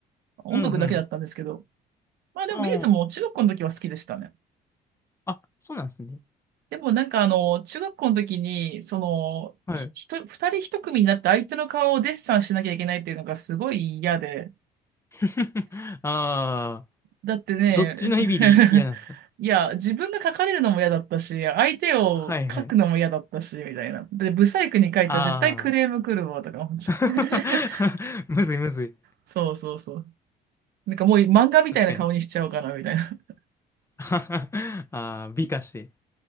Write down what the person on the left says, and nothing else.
うんうん。
ああ。あ、そうなんですね。
はい。
<laughs> ああ。
どっちの意味で嫌なんですか
はいはい。
ああ。
<laughs>
むずいむずい。
確かに。
<laughs> ああ、美化して。